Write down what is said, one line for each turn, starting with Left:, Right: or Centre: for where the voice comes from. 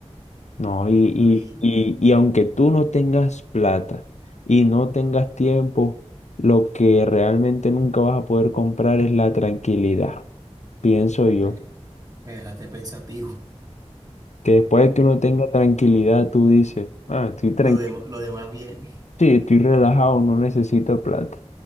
Left: No, y, y,
Right: Uy,
Left: y, y aunque tú no tengas plata y no tengas tiempo, lo que realmente nunca vas a poder comprar es la tranquilidad, pienso yo.
Right: bueno, me dejaste pensativo.
Left: Que después de que uno tenga tranquilidad, tú dices, ah, estoy tranquilo,
Right: Lo dem- lo demás viene.
Left: sí, estoy relajado, no necesito plata.